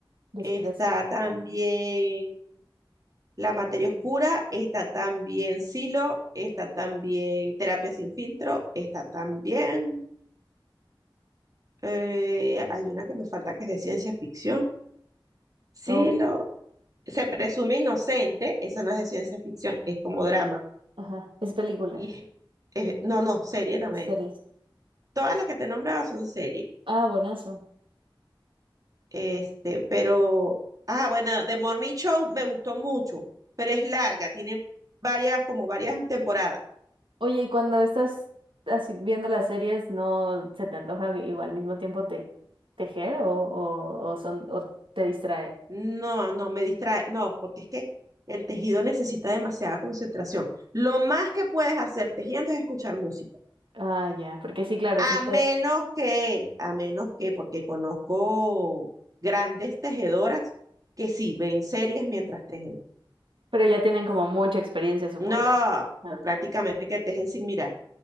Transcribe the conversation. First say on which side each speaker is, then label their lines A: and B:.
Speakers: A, on the right; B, on the right.
A: Desprecio.
B: está también La Materia Oscura, está también Silo, está también Terapia Sin Filtro, está también Eh, hay una que me falta que es de ciencia ficción. Sí,
A: Oh,
B: lo... Se presume inocente, esa no es de ciencia ficción, es como drama.
A: ajá. Es película.
B: Y es- es- no, no, serie también.
A: Series.
B: Todas las que te he nombrado son series.
A: Ah, buenazo.
B: Este, pero, ah, bueno, The Morning Show me gustó mucho, pero es larga, tiene varias, como varias temporadas.
A: Oye, y cuando estás así viendo las series, ¿no se te antoja igual al mismo tiempo te tejer o, o, o son o te distrae?
B: No, no, me distrae, no, porque es que el tejido necesita demasiada concentración. Lo más que puedes hacer tejiendo es escuchar música.
A: Ah, ya, porque sí, claro,
B: A
A: sí estás.
B: menos que, a menos que, porque conozco grandes tejedoras que sí ven series mientras tejen.
A: Pero ya tienen como mucha experiencia, supongo.
B: No,
A: Ah,
B: prácticamente que tejen sin mirar.